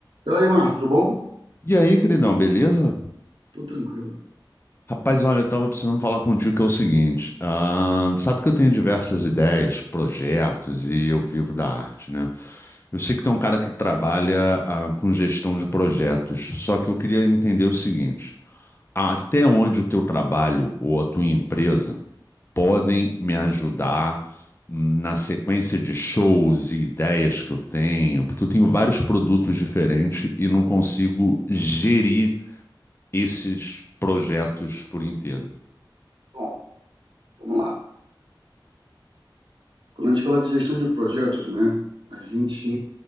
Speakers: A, on the right (about 75°); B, on the left (about 30°).
A: E aí, Márcio, tudo bom?
B: E aí, queridão, beleza?
A: Tudo tranquilo.
B: Rapaz, olha, eu tava precisando falar contigo que é o seguinte, ah, sabe que eu tenho diversas ideias, projetos e eu vivo da arte, né? Eu sei que tem um cara que trabalha, ah, com gestão de projetos, só que eu queria entender o seguinte, até onde o teu trabalho ou a tua empresa podem me ajudar na sequência de shows e ideias que eu tenho, porque eu tenho vários produtos diferentes e não consigo gerir esses projetos por inteiro.
A: Bom, vamos lá. Quando a gente fala de gestão de projetos, né, a gente